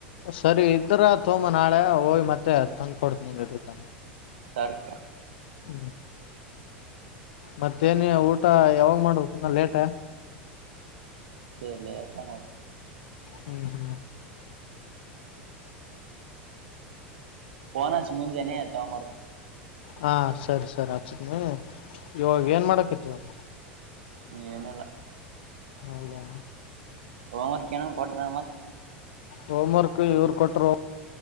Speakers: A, on the left; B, on the right.
A: ಸರಿ ಇದ್ರ ತೋಂಬ ನಾಳೆ ಹೋಯಿ ಮತ್ತೆ ತಂದ್ ಕೊಡ್ತನ ತ
B: ಸರ್ಕ
A: ಹೂ ಮತ್ತೇನ ಊಟ ಯಾವಾಗ್ ಮಾಡ್ಬೇಕ ಇನ್ನ ಲೇಟ
B: ಸಲ್ಲ ಲೇಟ್ ಅಣ್ಣ
A: ಹೂ ಹೂ
B: ಪೋನ್ ಅಚ್ಚ ಮುಂಜೆ ನೀ ತಾರ್ನಿ
A: ಹಾ ಸರಿ ಸರಿ ಅಚ್ಚನಿ ಇವಾಗ ಏನ್ ಮಾಡಕತಿ ಇವಾಗ
B: ಏನಿಲ್ಲ
A: ಹೌದಾ
B: ಹೊಮರ್ಕ ಏನರ ಕೊಟ್ರ ಏನ ಮತ್
A: ಹೋಮ್ ವರ್ಕ್ ಇವ್ರು ಕೊಟ್ಟರು